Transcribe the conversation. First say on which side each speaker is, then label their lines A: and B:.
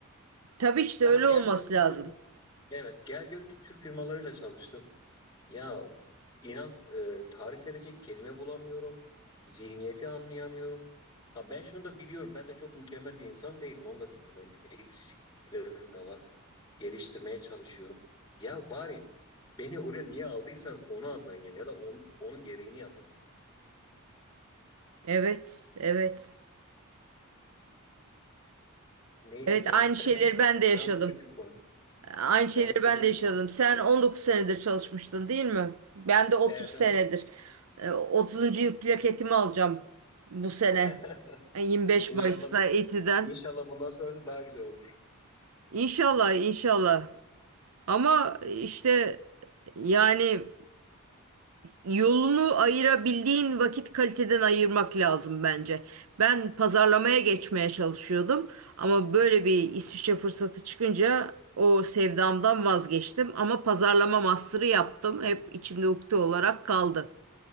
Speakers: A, on the right; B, on the left.
A: Tabii işte
B: Ama
A: öyle
B: gel
A: olması
B: gör ki
A: lazım.
B: Türk, evet gel gör ki Türk firmalarıyla çalıştım. Ya inan e, tarif edecek kelime bulamıyorum. Zihniyeti anlayamıyorum. Ha ben şunu da biliyorum. Ben de çok mükemmel bir insan değilim. Onu da biliyorum. Eksiklerim de var. Geliştirmeye çalışıyorum. Ya bari beni oraya niye aldıysanız onu anlayın yani. Ya da on- onun gereğini yapın.
A: Evet, evet.
B: Neyse
A: Evet
B: biraz
A: aynı şeyleri
B: <laughs>
A: ben de yaşadım.
B: can sıkıcı bir konu.
A: Aynı şeyleri
B: Can sıkıcı
A: ben de
B: bir
A: yaşadım.
B: konu açıkçası.
A: Sen 19 senedir çalışmıştın değil mi? Ben de 30
B: Evet.
A: senedir.
B: aha.
A: Ee, 30. yıl plaketimi alacağım bu sene.
B: <laughs>
A: E, Yirmi beş
B: İnşallah
A: Mayıs'ta İTÜ'den.
B: inşallah bundan sonrası daha güzel olur.
A: İnşallah, inşallah. Ama işte yani Yolunu ayırabildiğin vakit kaliteden ayırmak lazım bence. Ben pazarlamaya geçmeye çalışıyordum ama böyle bir İsviçre fırsatı çıkınca o sevdamdan vazgeçtim ama pazarlama master'ı yaptım. Hep içimde ukde olarak kaldı.